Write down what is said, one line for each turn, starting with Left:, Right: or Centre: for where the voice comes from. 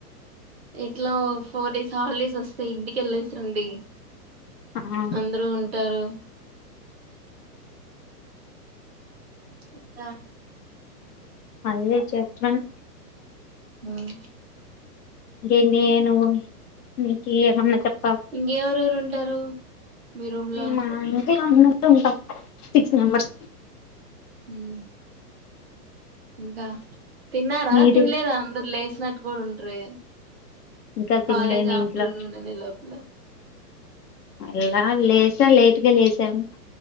Right: ఇట్లా ఫోర్ డేస్ హాలిడేస్ వస్త అే ఇంటికిెళ్ళసరండి
Left: ఆ
Right: అందరూ ఉంటారు ఇంకా
Left: అదే చేప్పను
Right: ఉమ్
Left: ద నేను మీకి ఎమన్న చప్ప
Right: ఇంగేవరు ఉంటారు మీ రూమ్
Left: మేమ
Right: లో
Left: ఇంటిలో ఉన్నట్టు ఉంటాం సిక్స్ మెంబర్స్
Right: ఉమ్ ఇంకా తిన్నారా
Left: మీరు
Right: తినలేదా అందరు లేసినట్టు ఉండ్రే
Left: ఇంకా తినలే
Right: కాలేజ్
Left: మీ
Right: ఆఫ్టర్నూన్
Left: ఇంట్లో
Right: అనే లోపల
Left: అల్ల లేసా లేట్గ లేసాం